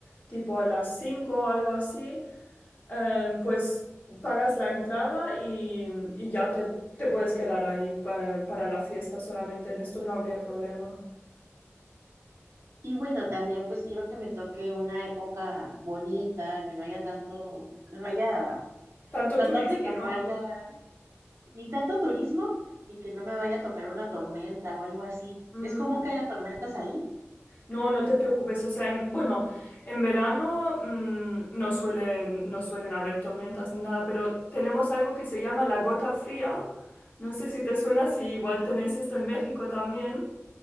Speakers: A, on the left; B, on the right.
A: tipo a las cinco o algo así eh, pues pagas la entrada y, y ya te, te puedes quedar ahí pa- para la fiesta solamente. En esto no habría problema.
B: Y bueno, también pues quiero que me toque una época bonita, que no haya tanto, que no haya,
A: Tanto
B: tratar
A: turista,
B: de que no
A: ¿no?
B: haya ni tanto turismo y que no me vaya a tocar una tormenta o algo así.
A: Mm,
B: ¿Es común que haya tormentas ahí?
A: No, no te preocupes. O sea, en- bueno, en verano mm, no suelen, no suelen haber tormentas ni nada, pero tenemos algo que se llama la gota fría. No sé si te suena, si igual tenéis esto en México también.